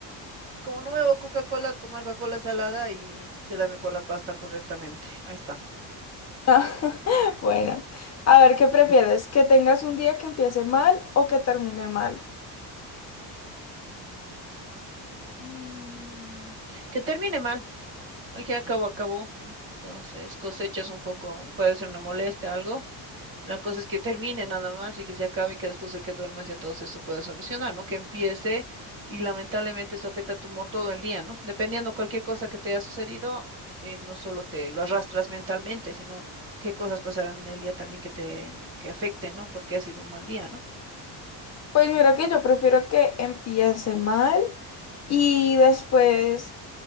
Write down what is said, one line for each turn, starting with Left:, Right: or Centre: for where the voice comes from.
Right: como no bebo Coca-Cola, tomar Coca-Cola salada y quedarme con la pasta correctamente. Ahí está.
Left: Ah, <laughs> bueno, a ver, ¿qué prefieres? ¿Que tengas un día que empiece mal o que termine mal?
Right: Mm, mm, que termine mal. El que acabó, acabó, ¿no? Entonces cosechas un poco, puede ser una molestia, algo. La cosa es que termine nada más y que se acabe y que después de que duermas ya todo eso pueda solucionar, ¿no? Que empiece y lamentablemente eso afecta a tu humor todo el día, ¿no? Dependiendo cualquier cosa que te haya sucedido, eh, no solo te lo arrastras mentalmente, sino qué cosas pasarán en el día también que te que afecten, ¿no? Porque ha sido un mal día, ¿no?
Left: Pues mira que yo prefiero que empiece mal y después